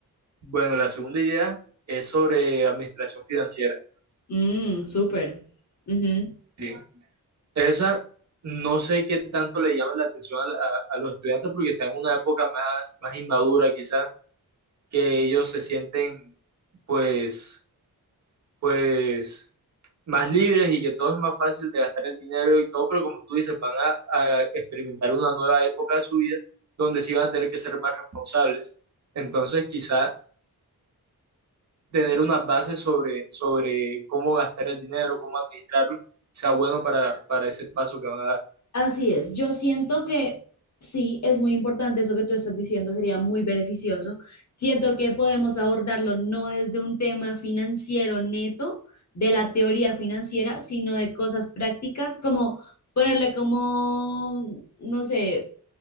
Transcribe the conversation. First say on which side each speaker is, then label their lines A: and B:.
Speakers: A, on the right (about 45°); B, on the left (about 45°).
A: Bueno, la segunda idea es sobre administración financiera.
B: Mm, súper. Ujú.
A: Sí. Esa no sé qué tanto le llama la atención a, la- a- a los estudiantes porque están en una época más, más inmadura quizás, que ellos se sienten pues, pues más libres y que todo es más fácil de gastar el dinero y todo, pero como tú dices, van a, a experimentar una nueva época de su vida donde sí van a tener que ser más responsables. Entonces, quizás tener unas bases sobre, sobre cómo gastar el dinero, cómo administrarlo, sea bueno para, para ese paso que van a dar.
B: Así es, yo siento que sí, es muy importante eso que tú estás diciendo, sería muy beneficioso. Siento que podemos abordarlo no desde un tema financiero neto, de la teoría financiera, sino de cosas prácticas, como ponerle como, no sé,